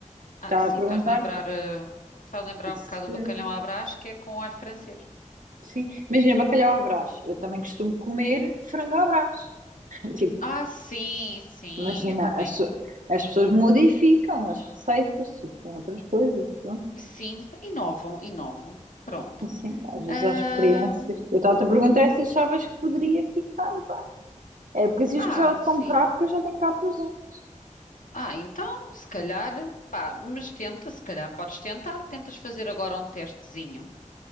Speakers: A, on the left; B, on the right.
A: Ah,
B: Está
A: sim,
B: a perguntar
A: faz lembrar, eh, faz lembrar
B: se.
A: um bocado o bacalhau à Brás, que é com alho francês.
B: Sim, imagina bacalhau à Brás. Eu também costumo comer frango à Brás. <laughs> Tipo,
A: Ah, sim, sim,
B: imagina,
A: eu também.
B: as, as pessoas modificam as receitas, tipo, com outras coisas. Pronto.
A: Sim, inovam, inovam. Pronto.
B: Assim, às vezes
A: ah,
B: há experiências. Eu estava a perguntar se achavas que poderia ficar. É porque se
A: ah,
B: eu gostava de comprar,
A: sim.
B: porque eu já tenho cá presente.
A: Ah, então, se calhar, pá, mas tenta, se calhar podes tentar. Tentas fazer agora um testezinho